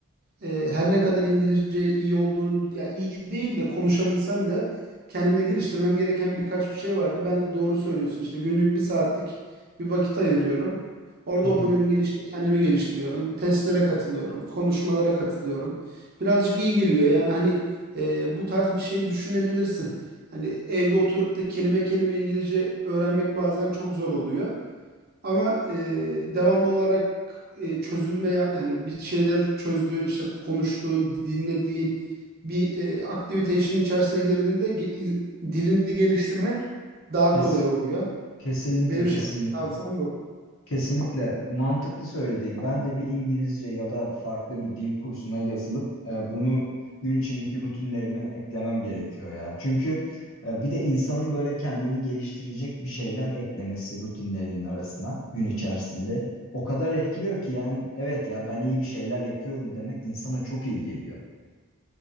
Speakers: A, on the right (about 40°); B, on the left (about 65°).
A: E, her ne kadar İngilizce iyi olduğunu ya iyi değil de konuşabilsem de kendimde geliştirmem gereken birkaç bir şey vardı. Ben de doğru söylüyorsun işte günlük bir saatlik bir vakit ayırıyorum. Orada
B: Hı hı.
A: Open English'te kendimi geliştiriyorum. Testlere katılıyorum. Konuşmalara katılıyorum. Birazcık iyi geliyor yani hani e, bu tarz bir şey düşünebilirsin. Hani evde oturup da kelime kelime İngilizce öğrenmek bazen çok zor oluyor. Ama e, devamlı olarak e, çözülmeye yani bir şeyleri çözdüğün, işte konuştuğun, dinlediğin bir e, aktivite işin içerisine girdiğinde ge- i- dilini geliştirmek daha
B: Kes.
A: kolay oluyor.
B: Kesinlikle,
A: Benim
B: kesinlikle.
A: şahsi tavsiyem bu.
B: Kesinlikle mantıklı söylediğim. Ben de bir İngilizce ya da farklı bir dil kursuna yazılıp e, bunu gün içindeki rutinlerime eklemem gerekiyor ya. Çünkü e, bir de insanın böyle kendini geliştirecek bir şeyler eklemesi rutinlerinin arasına gün içerisinde o kadar etkiliyor ki yani evet ya ben iyi bir şeyler yapıyorum demek insana çok iyi geliyor.